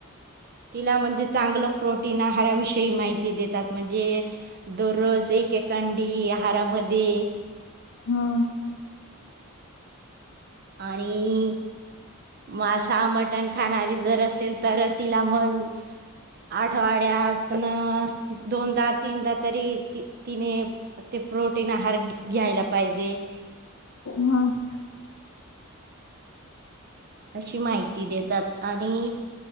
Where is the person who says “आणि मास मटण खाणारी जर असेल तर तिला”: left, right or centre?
Right